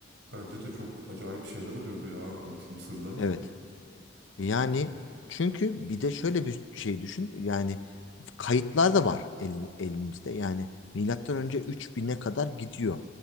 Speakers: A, on the right; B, on the left.
A: Bence de çok acayip şeyler oluyordu ya Antik Mısır'da.
B: Evet. Yani çünkü bir de şöyle bir şey düşün. Yani kayıtlar da var el- elimizde. Yani milattan önce üç bin'e kadar gidiyor.